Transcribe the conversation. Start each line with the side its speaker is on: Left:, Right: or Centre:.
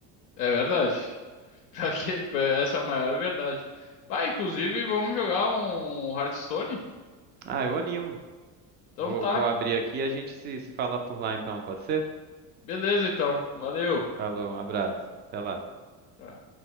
Left: É verdade. <laughs> Pior que- Essa é a maior verdade. Ah, inclusive, vamos jogar um Hearthstone?
Right: Ah, eu animo.
Left: Então
Right: Vou,
Left: tá.
Right: vou abrir aqui e a gente se, se fala por lá então, pode ser?
Left: Beleza, então. Valeu.
Right: Falou, um abraço. Até lá.
Left: Tá.